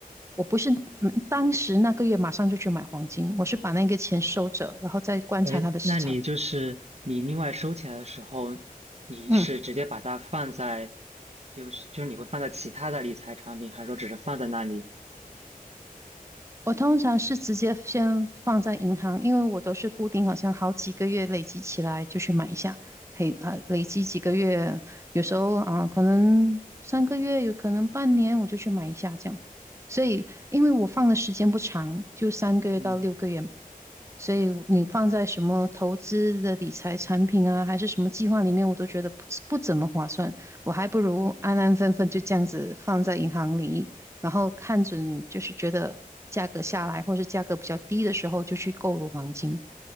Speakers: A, on the right; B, on the right.
A: 我不是嗯当时那个月马上就去买黄金，我是把那个钱收着，然后再观察它的市场。
B: 哎，那你就是你另外收起来的时候，你是直接把它放在，
A: 嗯。
B: 就是就是你会放在其他的理财产品，还是说只是放在那里？
A: 我通常是直接先放在银行，因为我都是固定，好像好几个月累积起来就去买一下，累啊累积几个月，有时候啊可能三个月，有可能半年，我就去买一下这样。所以因为我放的时间不长，就三个月到六个月嘛，
B: 嗯。
A: 所以你放在什么投资的理财产品啊，还是什么计划里面，我都觉得不不怎么划算，我还不如安安分分就这样子放在银行里，然后看准就是觉得价格下来或是价格比较低的时候，就去购入黄金。